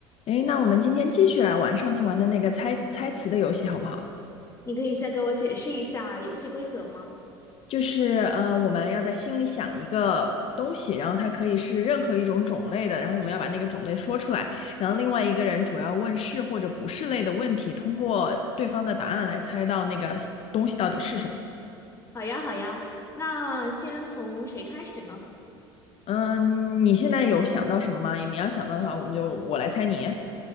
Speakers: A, on the left; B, on the left.
A: 诶，那我们今天继续来玩上次玩的那个猜猜词的游戏，好不好？
B: 你可以再给我解释一下游戏规则吗？
A: 就是呃，我们要在心里想一个东西，然后它可以是任何一种种类的，然后我们要把那个种类说出来，然后另外一个人主要问是或者不是类的问题，通过对方的答案来猜到那个东西到底是什么。
B: 好呀，好呀，那先从谁开始呢？
A: 嗯，你现在有想到什么吗？你要想到的话，我们就我来猜你。